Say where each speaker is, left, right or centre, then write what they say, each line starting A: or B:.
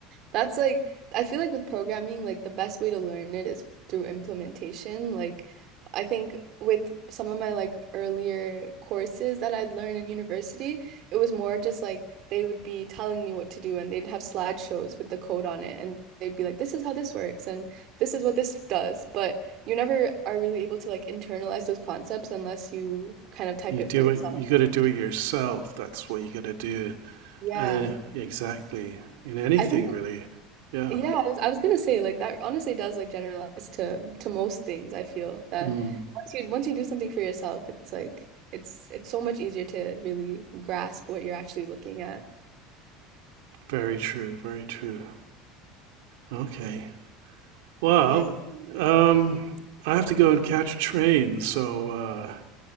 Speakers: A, on the right (about 45°); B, on the right (about 80°).
A: That's like, I feel like with programming, like the best way to learn it is through implementation. Like, I think with some of my like earlier courses that I'd learned in university, it was more just like they would be telling me what to do and they'd have slideshows with the code on it and they'd be like, this is how this works and this is what this does. But you never are really able to like internalize those concepts unless you kind of type
B: You
A: it
B: do
A: for yourself.
B: it, you got to do it yourself. That's what you got to do.
A: Yeah.
B: Uh,
A: yeah.
B: exactly. In anything,
A: I think
B: really. Yeah.
A: Yeah, I was I was gonna say like that honestly does like generalize to to most things. I feel that
B: Mm,
A: once you once you do something for yourself, it's like it's it's so much easier to really grasp what you're actually looking at.
B: very true. Very true. Okay. Well,
A: Yeah.
B: um, I have to go and catch a train. So, uh,